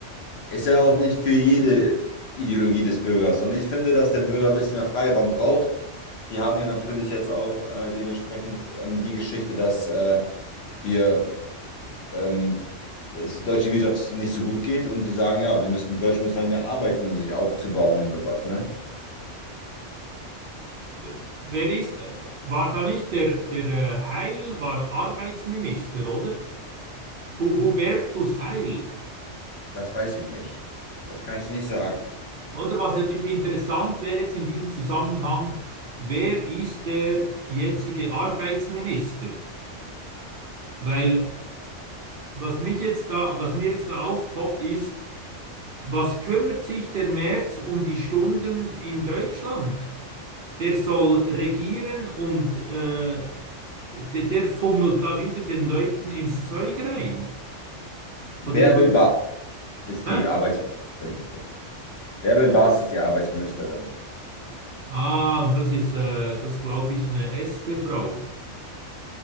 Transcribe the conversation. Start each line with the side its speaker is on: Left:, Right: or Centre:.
Left: ist ja auch nicht für jede Ideologie des Bürgers. Und ich finde, dass der Bürger ein bisschen mehr Freiraum braucht. Die haben ja natürlich jetzt auch äh, dementsprechend ähm, die Geschichte, dass äh, wir ähm, ja, dass die deutsche Wirtschaft nicht so gut geht und die sagen, ja, wir müssen, die Deutschen müssen halt mehr arbeiten, um sich aufzubauen und sowas, ne?
Right: W- Wer ist, äh, war da nicht der, der äh, Heil, war Arbeitsminister, oder? Hu- Hubertus Heil.
Left: Das weiß ich nicht. Das kann ich dir nicht sagen.
Right: Oder was natürlich interessant wäre jetzt in diesem Zusammenhang, wer ist der jetzige Arbeitsminister? Weil was mich jetzt da, was mir jetzt da aufpoppt, ist, was kümmert sich der Merz um die Stunden in Deutschland? Der soll regieren und äh, der, der fummelt da wieder den Leuten ins Zeug rein.
Left: Bärbel
Right: Oder, oder
Left: Baas ist
Right: hä?
Left: die Arbeitsministerin. Bärbel Baas ist die Arbeitsministerin.
Right: Ah, das ist, äh, das glaube ich, eine SP-Frau.